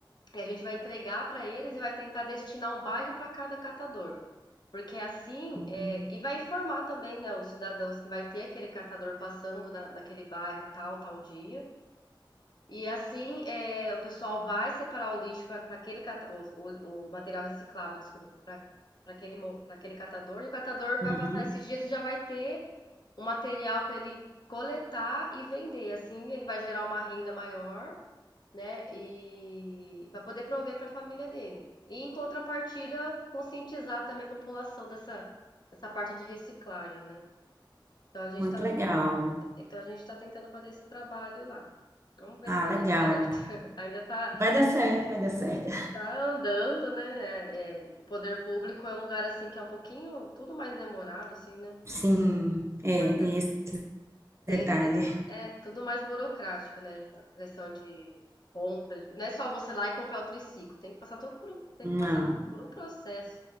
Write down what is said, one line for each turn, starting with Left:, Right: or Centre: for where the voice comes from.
Left: E a gente vai entregar para eles e vai tentar destinar um bairro para cada catador. Porque assim,
Right: hum,
Left: é, e vai informar também, né, os cidadãos que vai ter aquele catador passando na, naquele bairro tal, tal dia. E assim, eh, o pessoal vai separar o lixo para aquele cata- o, o- o material reciclável, desculpa, para aquele, mo- pra aquele catador, e o catador vai
Right: uhum.
Left: passar esses dias e já vai ter o material para ele coletar e vender. Assim, ele vai gerar uma renda maior, né? E para poder prover para a família dele. E em contrapartida, conscientizar também a população dessa, dessa parte de reciclagem, né? Então a gente
Right: Muito
Left: tá,
Right: legal.
Left: então a gente tá tentando fazer esse trabalho lá. Vamos ver
Right: Ah,
Left: se vai
Right: legal.
Left: dar certo. Ainda tá,
Right: Vai dar certo, vai dar certo.
Left: Tá andando, né? É, é, poder público é um lugar assim que é um pouquinho tudo mais demorado, assim, né?
Right: Sim, é,
Left: Mas
Right: tem esse
Left: tem
Right: detalhe.
Left: esse de- é tudo mais burocrático, né? A questão de, de compra, de- não é só você lá e comprar o triciclo, tem que passar todo por um, tem
Right: Não,
Left: que passar por um processo